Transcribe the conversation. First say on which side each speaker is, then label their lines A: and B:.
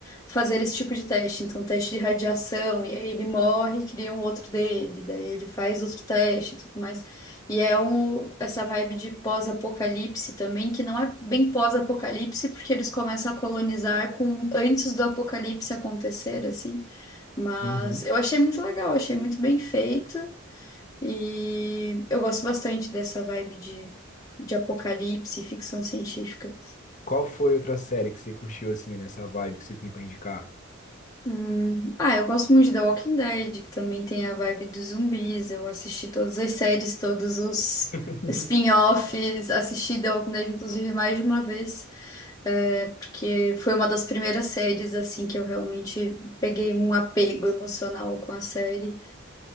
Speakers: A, on the left; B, on the left.
A: fazer esse tipo de teste. Então, teste de radiação, e aí ele morre, cria um outro dele, daí ele faz outro teste e tudo mais. E é um, essa vibe de pós-apocalipse também, que não é bem pós-apocalipse, porque eles começam a colonizar com antes do apocalipse acontecer, assim. Mas
B: Uhum.
A: eu achei muito legal, achei muito bem feito. E eu gosto bastante dessa vibe de, de apocalipse e ficção científica.
B: Qual foi outra série que você curtiu assim, nessa vibe que você tem pra indicar?
A: Hum, Ah, eu gosto muito de The Walking Dead, que também tem a vibe dos zumbis. Eu assisti todas as séries, todos os
B: <laughs>
A: spin-offs, assisti The Walking Dead, inclusive, mais de uma vez, é, porque foi uma das primeiras séries assim que eu realmente peguei um apego emocional com a série.